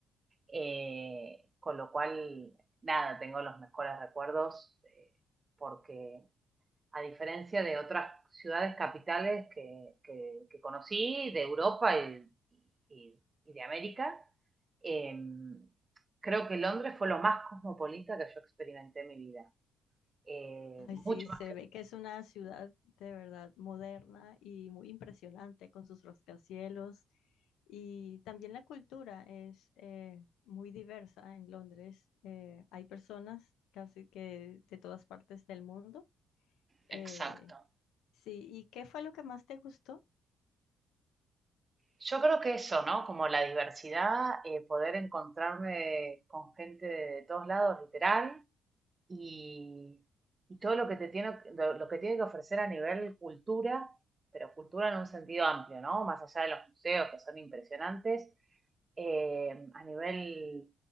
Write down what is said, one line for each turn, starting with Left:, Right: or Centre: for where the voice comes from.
Right: Eh, con lo cual, nada, tengo los mejores recuerdos eh, porque a diferencia de otras ciudades capitales que, que, que conocí, de Europa y, y, y de América, eh, creo que Londres fue lo más cosmopolita que yo experimenté en mi vida. Eh,
Left: Ay, sí,
Right: mucho
Left: se
Right: más.
Left: ve que es una ciudad de verdad moderna y muy impresionante con sus rascacielos y también la cultura es eh, muy diversa en Londres. Eh, hay personas casi que de todas partes del mundo. Eh,
Right: Exacto.
Left: sí, ¿y qué fue lo que más te gustó?
Right: Yo creo que eso, ¿no? Como la diversidad, eh, poder encontrarme con gente de todos lados, literal, y, y todo lo que te tiene, lo, lo que tiene que ofrecer a nivel cultura, pero cultura en un sentido amplio, ¿no? Más allá de los museos que son impresionantes, eh, a nivel,